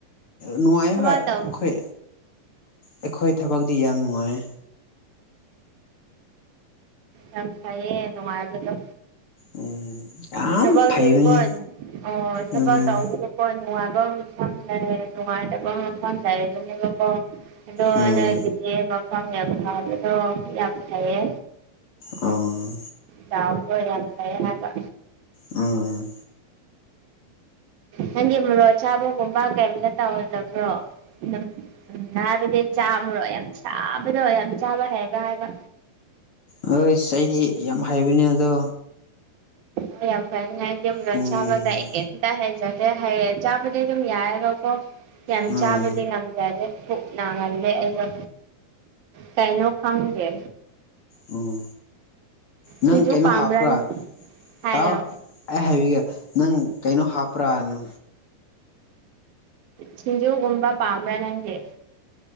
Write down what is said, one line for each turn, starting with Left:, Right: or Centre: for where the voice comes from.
Left: ꯅꯨꯡꯉꯥꯏ
Right: ꯊꯕꯛ
Left: ꯍꯣꯏ ꯑꯩꯈꯣꯏ
Right: ꯇꯧ
Left: ꯑꯩꯈꯣꯏ ꯊꯕꯛꯗꯤ ꯌꯥꯝ ꯅꯨꯡꯉꯥꯏ
Right: ꯌꯥꯝ ꯐꯩꯌꯦ ꯅꯨꯡꯉꯥꯏꯕꯗꯣ
Left: ꯎꯝ ꯌꯥꯝ
Right: ꯊꯕꯛꯇꯨꯁꯨꯀꯣ
Left: ꯐꯩꯕꯅꯦ
Right: <unintelligible> ꯑꯗꯨ ꯀ ꯑꯣ ꯁꯕꯥ
Left: ꯎꯝ
Right: ꯇ ꯍꯣꯏ ꯅꯨꯡꯉꯥꯏꯕꯒ ꯈꯪꯗꯦ ꯅꯨꯡꯉꯥꯏꯇꯕꯒ ꯈꯪꯗꯦ ꯍꯥꯏꯕꯗꯨꯅꯤꯀꯣ ꯑꯗꯣ
Left: ꯎꯝ
Right: ꯅꯣꯏꯒꯤꯗꯤ ꯃꯐꯝ ꯌꯥꯝ ꯐꯥꯕꯗꯣ ꯌꯥꯝ ꯐꯩꯌꯦ
Left: ꯎꯝ
Right: ꯆꯥꯎꯕꯗꯣ ꯌꯥꯝ ꯐꯩꯌꯦ ꯍꯥꯏꯕ
Left: ꯎꯝ
Right: ꯅꯪꯒꯤ ꯃꯔꯣꯔꯣ ꯑꯆꯥꯥꯕꯒꯨꯝꯕ ꯀꯩꯝꯇ ꯇꯧꯅꯕ꯭ꯔꯣ ꯑꯗꯨꯝ ꯎꯝ ꯍꯥꯏꯕꯗꯤ ꯆꯥꯝꯃꯔꯣ ꯌꯥꯝ ꯁꯥꯕꯗꯣ ꯌꯥꯝ ꯆꯥꯕ ꯍꯩꯕ꯭ꯔꯥ ꯍꯥꯏꯕ
Left: ꯍꯣꯏꯁ ꯑꯩꯗꯤ ꯌꯥꯝ ꯍꯥꯏꯕꯅꯦ ꯑꯗꯣ
Right: ꯍ ꯌꯥꯝ ꯐꯅ
Left: ꯎꯝ
Right: ꯆꯥꯕ ꯀꯩ ꯍꯥꯏ ꯐꯖꯗꯦ ꯍꯌꯦ ꯆꯥꯕꯗꯤꯩ ꯑꯗꯨꯝ ꯌꯥꯏꯔꯣꯀꯣ ꯌꯥꯝ
Left: ꯎꯝ
Right: ꯆꯥꯕꯗꯤ ꯉꯝꯗꯗꯦ ꯀꯛ ꯅꯥꯍꯜꯂꯦ ꯑꯩꯩꯅ ꯀꯔꯤꯅꯣ ꯈꯪꯗꯦ
Left: ꯑꯣ ꯅꯪ
Right: ꯁꯤꯡꯖꯨ
Left: ꯀꯩꯅꯣ
Right: ꯄꯥꯝꯕ꯭ꯔꯥ
Left: ꯍꯥꯞꯄ꯭ꯔꯥ
Right: ꯍꯥꯏꯌꯣ
Left: ꯇꯥꯎꯑꯣ ꯑꯦ ꯍꯥꯏꯕꯤꯒꯦ ꯅꯪ ꯀꯩꯅꯣ ꯍꯥꯞꯄ꯭ꯔꯥꯅ
Right: ꯁꯤꯁꯤꯡꯖꯣꯒꯨꯝꯕ ꯄꯥꯕ꯭ꯔ ꯅꯪꯒꯦ